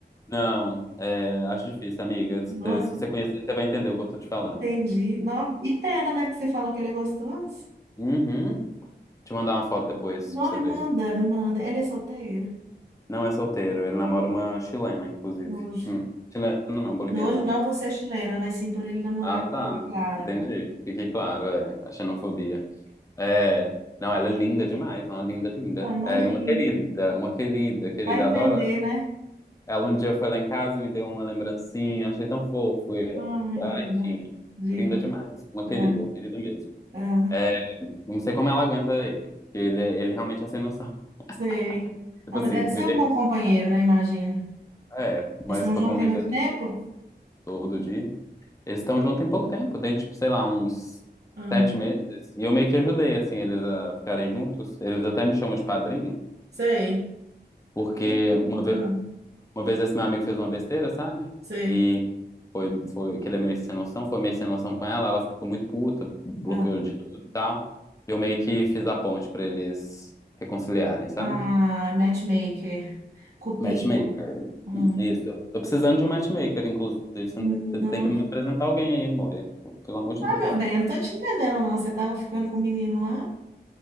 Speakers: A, on the left; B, on the right.
A: não, é, acho difícil, amiga. Se,
B: Não,
A: se você conhecer, você vai entender o que eu tô te falando.
B: entendi. Não, e pera, né? Porque você falou que ele é gostoso.
A: Uhum. Te mandar uma foto depois
B: Não,
A: pra você
B: me
A: ver.
B: manda, me manda. Ele é solteiro?
A: Não é solteiro, ele namora uma chilena, inclusive.
B: Nojo.
A: Hum. Chilena não, boliviana.
B: Nojo não por ser chilena, mas sim por ele namorar
A: Ah,
B: que
A: tá.
B: fique clara.
A: Entendi. Fiquei claro, é. A xenofobia. É. Não, ela é linda demais, não, linda, linda.
B: Ah, imagino.
A: É, e uma querida, uma querida, querida.
B: Vai entender,
A: Adoro
B: né?
A: Ela um dia foi lá em casa e me deu uma lembrancinha, achei tão fofo. e-
B: Ai,
A: Ah,
B: linda.
A: enfim,
B: Diva.
A: linda demais. Uma querida,
B: Ah,
A: uma querida mesmo.
B: ah,
A: É, Não sei como ela aguenta ele, porque ele, ele realmente é sem noção. <laughs>
B: sei.
A: Tipo
B: Ah, mas
A: assim,
B: deve
A: viver.
B: ser um bom companheiro, né? Imagino.
A: É, mas
B: Eles estão
A: pra
B: juntos
A: conviver
B: tem muito tempo?
A: todo dia. Eles estão juntos tem pouco tempo, tem tipo, sei lá, uns
B: Ah,
A: sete meses. E eu meio que ajudei, assim, eles a ficarem juntos. Eles até me chamam de padrinho,
B: sei.
A: porque
B: Menina,
A: uma vez.
B: Ah,
A: Uma vez esse meu amigo fez uma besteira, sabe?
B: sei.
A: E foi, foi, que ele é meio sem noção, foi meio sem noção com ela, ela ficou muito puta, bloqueou
B: Ah.
A: ele de tudo e tal. E eu meio que fiz a ponte pra eles reconciliarem, sabe?
B: Ah, matchmaker, cupido.
A: Matchmaker.
B: Hum.
A: Isso. Tô precisando de um matchmaker, inclusive. Você
B: Não.
A: não- você tem que me apresentar alguém aí, Moria. Pelo amor de
B: Ah,
A: Deus.
B: meu bem, eu não tô te entendendo, não. Você tava ficando com o menino lá?